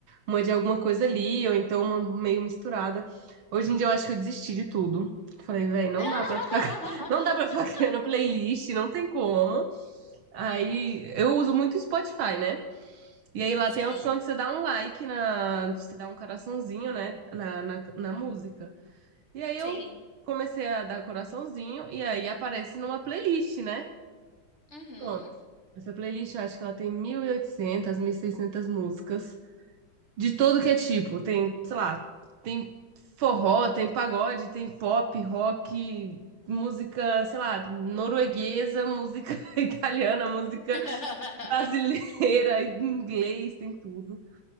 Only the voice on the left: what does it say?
<laughs>
Sim,
sim.
Uhum.
<laughs>